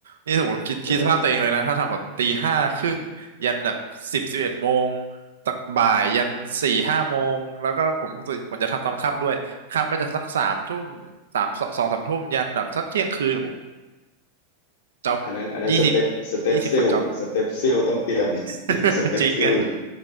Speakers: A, on the right (about 65°); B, on the left (about 55°).
A: นี่สมมติคิดคิดสภาพตัวเองเลยนะ
B: ใช่ใช่
A: ถ้าทำแบบตีห้าครึ่งยันแบบสิบสิบเอ็ดโมงตักบ่ายยันสี่ห้าโมงแล้วก็ผมกผมจะทำตอนค่ำด้วยค่ำก็จะสักสามทุ่มสามสองสองสามทุ่มยันแบบสักเที่ยงคืน โอ้โหจ็อบ
B: อันนั้นอันนั้นสเต็ปสเต็ปซิลสเต็ปซิลต้องเตรียม
A: ยี่สิบยี่สิบกว่าจ็อบ
B: <laughs> เตรียมสเต็ปซิล
A: <laughs> จริงอะ